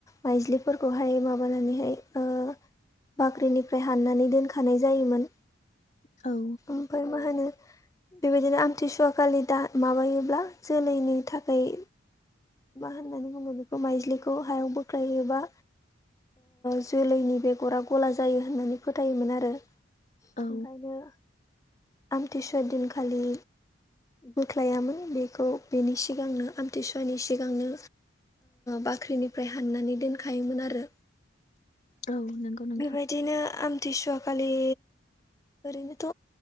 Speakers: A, on the left (about 15°); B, on the left (about 35°).
A: माइज्लिफोरखौहाय माबानानैहाय ओ बाख्रिनिफ्राय हाननानै दोनखानाय जायोमोन।
B: औ
A: ओमफ्राय मा होनो। बेबायदिनो आमथिसुवा खालि दा माबायोब्ला जोलैनि थाखाय मा होननानै बुङो बेखौ माइजलिखौ हायाव बोख्लाययोबा जोलैनि बेगरा गला जायो होननानै फोथायोमोन आरो। ओंखायनो
B: औ
A: आमथि सुवा दिनखालि बोख्लायामोन बेखौ बेनि सिगांनो आमथिसुवानि सि सिगांनो बाख्रिनिफ्राय हाननानै दोनखायोमोन आरो।
B: औ नंगौ नोंथां
A: बेबायदिनो आमथिसुवा खालि ओरैनोथ'